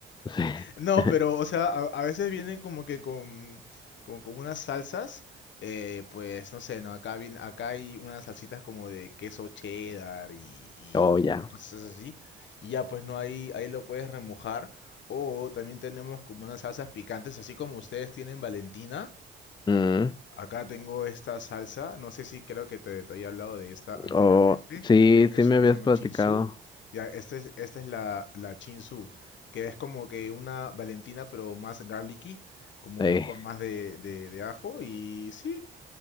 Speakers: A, on the left; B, on the left.
A: Sí.
B: No,
A: <laughs>
B: pero, o sea, a, a veces vienen como que con, con, con unas salsas, eh, pues, no sé, no, acá, viene, acá hay unas salsitas como de queso cheddar y, y
A: Oh, ya.
B: cosas así, y ya, pues, no, ahí, ahí lo puedes remojar, o también tenemos como unas salsas picantes, así como ustedes tienen Valentina,
A: Mm,
B: Acá tengo esta salsa, no sé si creo que te, te había hablado de esta anteriormente,
A: Oh, sí,
B: e- es,
A: sí me
B: una
A: habías
B: que se llama
A: platicado.
B: Chinsu, ya, esta es, esta es la, la Chinsu, que es como que una Valentina pero más garlicky, como
A: Sí.
B: un poco más de, de, de ajo y sí,